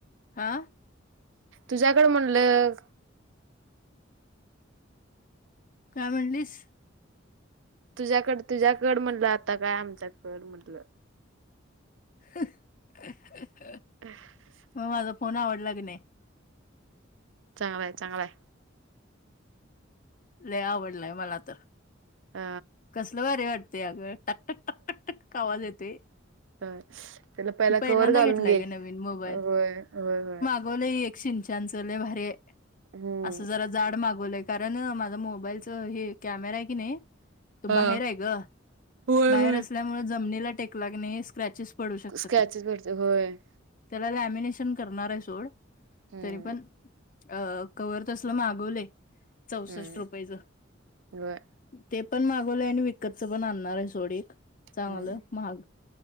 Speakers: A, on the left; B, on the right.
A: हा
B: तुझ्याकड म्हटलं.
A: काय म्हणलीस.
B: तुझ्याकड, तुझ्याकड म्हटलं. आता काय आमच्याकड म्हटलं.
A: <unintelligible>
B: <unintelligible>
A: मग माझा फोन आवडला का नाही.
B: चांगलाय, चांगलाय
A: लय, आवडलाय मला तर,
B: अ
A: कसलं भारी वाटते. अगं टक, टक, टक,, टकक आवाज येतोय.
B: ह त्याला पहिला
A: पहिल्यांदा
B: कवर घालून
A: घेतलाय
B: घे,
A: ग नवीन मोबाईल
B: होय होय होय
A: <unintelligible>
B: हम्म
A: असं जरा जाड मागवलंय, कारण माझ्या मोबाईलच हे कॅमेरा आहे की नाही. तो बाहेर
B: हा
A: आहे. ग
B: होय
A: बाहेर
B: होय.
A: असल्यामुळे जमिनीला टेकला का नाही क्रॅचेस पडू शकतो.
B: क्रॅचेस पडतात होय.
A: त्याला लॅमिनेशन करणार आहे. सोड
B: हम्म.
A: तरी पण, अ कव्हर तसल मागवले चौसष्ट
B: हम्म
A: रुपयेच.
B: व्हय
A: ते पण मागवलंय आणि विकतच पण आणणार आहे. सोड एक, चांगलं
B: हम्म
A: महाग